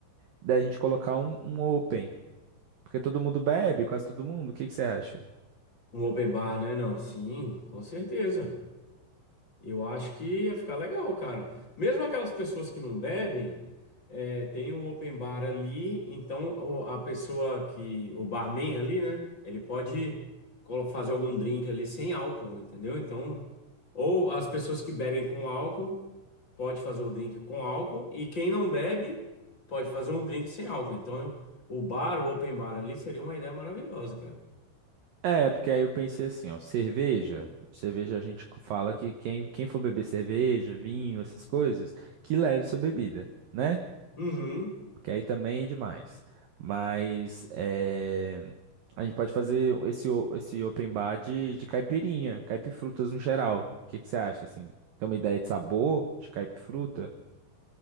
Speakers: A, on the right; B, on the left.
A: Da gente colocar um, um open, porque todo mundo bebe, quase todo mundo. O que que você acha?
B: Um open bar, né? Não, sim, com certeza. Eu acho que ia ficar legal, cara. Mesmo aquelas pessoas que não bebem, é, tem o open bar ali, então o- a pessoa que, o barman ali, né? Ele pode colo- fazer algum drink ali sem álcool, entendeu? Então, ou as pessoas que bebem com álcool, pode fazer o drink com álcool, e quem não bebe, pode fazer um drink sem álcool. Então, o bar, o open bar ali seria uma ideia maravilhosa, cara.
A: É, porque aí eu pensei assim, ó, cerveja, cerveja a gente fala que quem, quem for beber cerveja, vinho, essas coisas, que leve sua bebida, né?
B: Uhum.
A: Porque aí também é demais. Mas é, a gente pode fazer esse, o- esse open bar de, de caipirinha, caipifrutas no geral. O que que você acha, assim? Tem uma ideia de sabor de caipifruta?